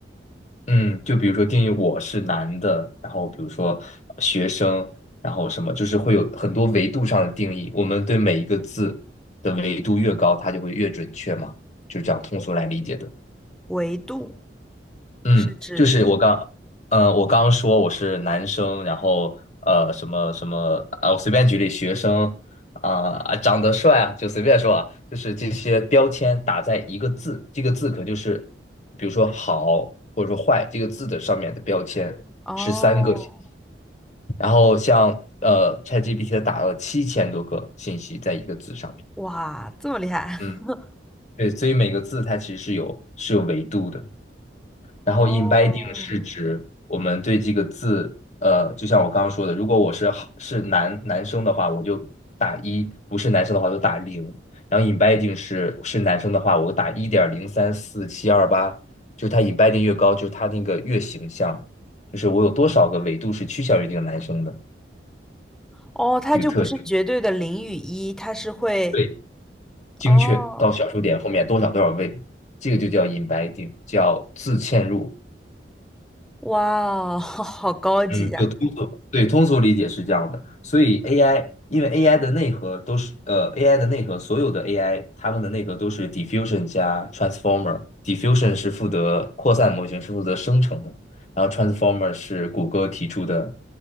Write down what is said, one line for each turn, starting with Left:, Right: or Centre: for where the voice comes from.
Left: 嗯，就比如说定义我是男的，然后比如说学生，然后什么，就是会有很多维度上的定义。我们对每一个字的维度越高，它就会越准确嘛，就是这样通俗来理解的。
Centre: 维度
Left: 嗯，
Centre: 是指
Left: 就是我刚，呃，我刚说我是男生，然后呃，什么什么，啊，我随便举例，学生啊、啊，长得帅啊，就随便说啊，就是这些标签打在一个字，这个字可就是，比如说好或者说坏这个字的上面的标签是三个信息
Centre: 哦，
Left: 然后像呃 ChatGPT 它打了七千多个信息在一个字上面，
Centre: 哇，这么厉害
Left: 嗯，
Centre: <laughs>
Left: 对，所以每个字它其实是有是有维度的。然后
Centre: 哦
Left: embedding 是指我们对这个字，呃，就像我刚刚说的，如果我是好是男男生的话，我就打一；不是男生的话就打零。然后 embedding 是是男生的话，我打一点零三四七二八，就是它 embedding 越高，就是它那个越形象，就是我有多少个维度是趋向于这个男生的
Centre: 哦，它就不是绝对的零与一，
Left: 这个特性，
Centre: 它是会
Left: 对，精确到小数点后面多少多少位，
Centre: 哦
Left: 这个就叫 embedding，叫自嵌入。
Centre: 哇哦，<laughs> 好好高级呀！
Left: 嗯，就通俗，对，通俗理解是这样的。所以 AI，因为 AI 的内核都是呃，AI 的内核，所有的 AI 它们的内核都是 diffusion 加 transformer。diffusion 是负责扩散模型，是负责生成的，然后 transformer 是谷歌提出的，